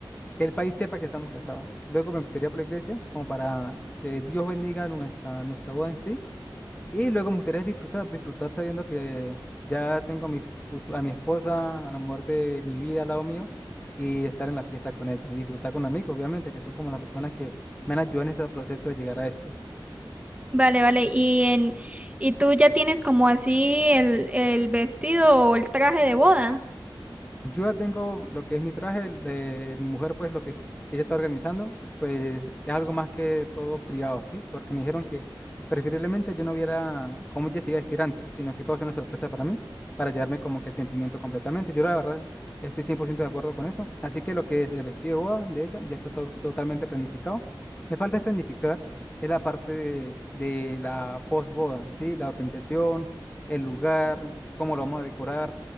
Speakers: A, on the left; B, on the right.
A: que el país sepa que estamos casados. Luego me gustaría por la iglesia, como para que Dios bendiga nuestra, nuestra boda en sí Y luego me gustaría disfrutar, disfrutar sabiendo que ya tengo a mi, futu- a mi esposa, a la mujer de mi vida al lado mío, y estar en la fiesta con ella, y disfrutar con amigos, obviamente, que son como las personas que me han ayudado en este proceso de llegar a esto.
B: Vale, vale. ¿Y en y tú ya tienes como así el, el vestido o el traje de boda?
A: Yo ya tengo lo que es mi traje, el de mi mujer, pues lo que ella está organizando, pues es algo más que todo privado, ¿sí? Porque me dijeron que preferiblemente yo no viera cómo ella se iba a vestir antes, sino que todo sea una sorpresa para mí, para llevarme como que el sentimiento completamente. Yo la verdad estoy 100% de acuerdo con eso, así que lo que es el vestido de boda de ella ya está to- totalmente planificado. Me falta es planificar es la parte de, de la posboda, ¿sí? La organización, el lugar, cómo lo vamos a decorar